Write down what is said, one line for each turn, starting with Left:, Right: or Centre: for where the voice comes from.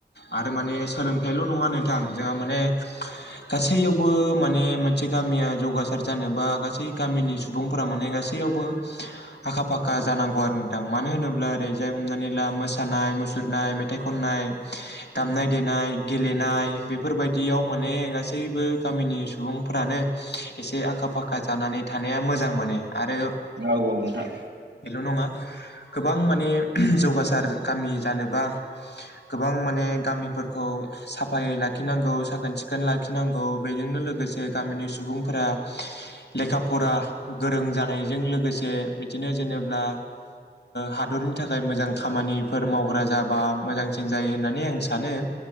Left: आरो माने सोलोंथाइल' नङा नोंथां जोंहा माने गासैयावबो माने मोनसे गामिया जौगासार जानोबा गासै गामिनि सुबुंफोरा माने गासैयावबो <inaudible> आखा फाखा जानांगौ आरो नोंथां मानो होनोब्ला ओरै जाय हमनानै ला मोसानाय मुसुरनाय मेथाइ खननाय दामनाय देनाय गेलेनाय बेफोरबायदियाव माने गासैबो गामिनि सुबुंफोरानो इसे आखा फाखा जानानै थानाया मोजां माने आरो
Right: औ औ नोंथां।
Left: बेल' नङा गोबां माने जौगासार गामि जानोबा गोबां माने गामिफोरखौ साफायै लाखिनांगौ साखोन सिखोन लाखिनांगौ बेजोंनो लोगोसे गामिनि सुबुंफोरा लेखा फरा गोरों जानायजों लोगोसे बिदिनो जेनेब्ला हादरनि थाखाय मोजां खामानिफोर मावग्रा जाबा मोजांसिन जायो होननानै आं सानो